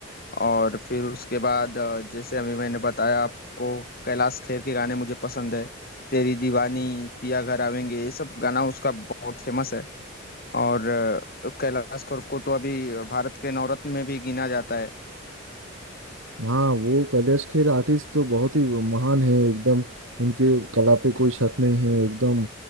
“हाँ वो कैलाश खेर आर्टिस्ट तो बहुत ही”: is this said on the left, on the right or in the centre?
Right